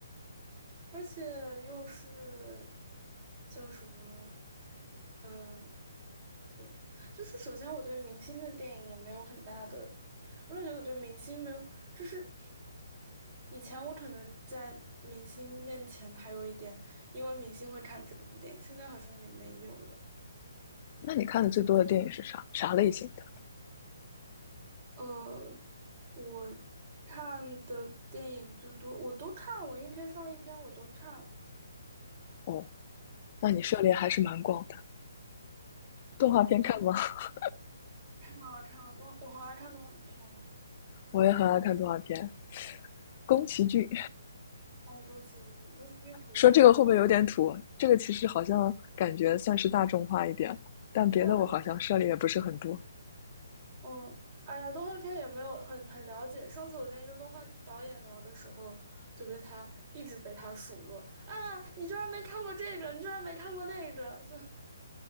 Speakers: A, on the right (about 45°); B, on the left (about 35°).
A: 而且又是叫什么？嗯。对，就是首先我对明星的电影也没有很大的，我感觉我对明星没有，就是以前我可能在明星面前还有一点，因为明星会看这部电影，现在好像也没有了。
B: 那你看的最多的电影是啥？啥类型的？
A: 呃，我看的电影最多，我都看，我一篇上一篇我都看。
B: 哦，那你涉猎还是蛮广的。
A: 嗯，
B: 动画片看吗？
A: 我
B: <laughs>
A: 好爱看动，我好爱看动画片哦。
B: 我也很爱看动画片。宫崎骏，
A: 哦，宫崎骏，宫崎骏肯定看过，
B: 说这个会不会有点土？这个其实好像感觉算是大众化一点，但别的我好像涉猎也不是很多。
A: 对，很大。哦，哎呀，动画片也没有很很了解。上次我跟一个动画导演聊的时候，就被他一直被他数落啊，你居然没看过这个，你居然没看过那个，就